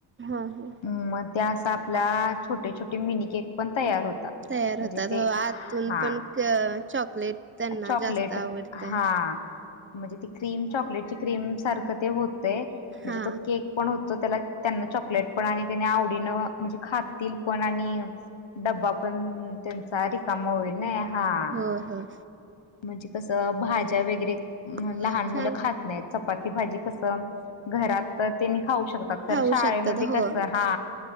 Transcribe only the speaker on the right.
हा हा.
तयार
होतात
होय,
आतून पण चॉकलेट. त्यांना
जास्त आवडतय
हा
हं हं.
हो
छान
खाऊ
शकतात हो